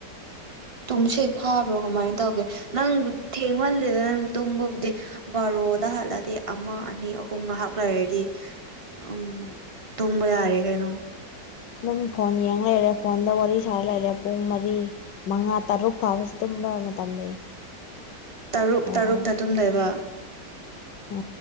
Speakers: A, on the right; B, on the left.
A: ꯇꯨꯝꯁꯤꯠ ꯐꯥꯕ꯭ꯔꯣ ꯀꯃꯥꯏꯅ ꯇꯧꯒꯦ ꯅꯪꯕꯨ ꯊꯦꯡꯃꯜꯂꯦꯗ ꯅꯪ ꯇꯨꯝꯕꯕꯨꯗꯤ ꯕꯥꯔꯣꯗ ꯍꯥꯜꯂꯗꯤ ꯑꯃ ꯑꯅꯤ ꯑꯍꯨꯝ ꯉꯥꯏꯍꯥꯛ ꯂꯩꯔꯗꯤ ꯎꯝ ꯇꯨꯝꯕ ꯌꯥꯔꯦ ꯀꯩꯅꯣ
B: ꯑꯗꯨꯝ ꯐꯣꯟ ꯌꯦꯡ ꯂꯩꯔꯦ ꯐꯣꯟꯗ ꯋꯥꯔꯤ ꯁꯥꯔ ꯂꯩꯔꯦ ꯄꯨꯡ ꯃꯔꯤ ꯃꯉꯥ ꯇꯔꯨꯛ ꯐꯥꯎꯕꯁꯤ ꯇꯨꯝꯕ ꯃꯇꯝ ꯂꯩ
A: ꯇꯔꯨꯛ
B: ꯐꯣꯟꯗ
A: ꯇꯔꯨꯛꯇ ꯇꯨꯝꯗꯣꯏꯕ
B: ꯎ